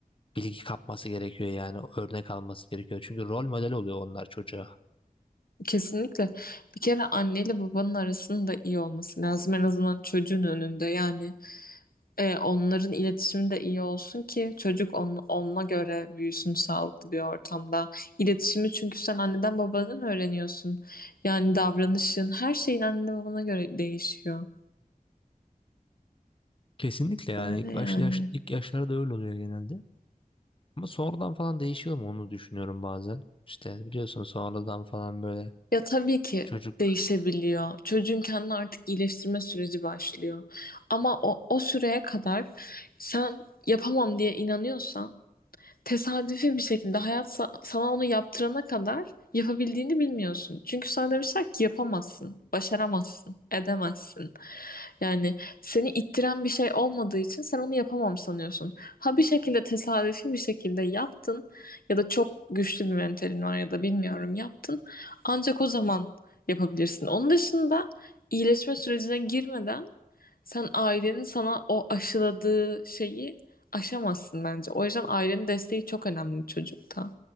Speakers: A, on the left; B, on the left.
A: bilgi kapması gerekiyor yani örnek alması gerekiyor. Çünkü rol model oluyor onlar çocuğa.
B: Kesinlikle. Bir kere anneyle babanın arasının da iyi olması lazım. En azından çocuğun önünde. Yani e, onların iletişimi de iyi olsun ki çocuk on, onunla göre büyüsün sağlıklı bir ortamda. İletişimi çünkü sen anneden babadan öğreniyorsun. Yani davranışın her şeyin annene babana göre değişiyor.
A: Kesinlikle yani
B: Öyle
A: ilk
B: yani.
A: baş yaş, ilk yaşlarda öyle oluyor genelde. Ama sonradan falan değişiyor mu onu düşünüyorum bazen. İşte biliyorsun sonradan falan böyle
B: Ya tabii ki
A: çocuk.
B: değişebiliyor. Çocuğun kendini artık iyileştirme süreci başlıyor. Ama o, o süreye kadar sen yapamam diye inanıyorsan tesadüfi bir şekilde hayat sa- sana onu yaptırana kadar yapabildiğini bilmiyorsun. Çünkü sana demişler ki yapamazsın, başaramazsın, edemezsin. Yani seni ittiren bir şey olmadığı için sen onu yapamam sanıyorsun. Ha bir şekilde tesadüfi bir şekilde yaptın ya da çok güçlü bir mentalin var ya da bilmiyorum yaptın. Ancak o zaman yapabilirsin. Onun dışında iyileşme sürecine girmeden sen ailenin sana o aşıladığı şeyi aşamazsın bence. O yüzden ailenin desteği çok önemli çocukta.